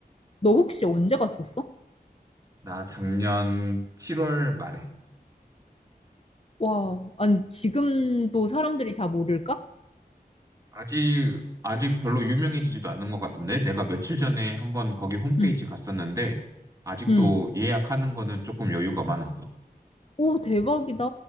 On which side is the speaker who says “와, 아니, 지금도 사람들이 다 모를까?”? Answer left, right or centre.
Left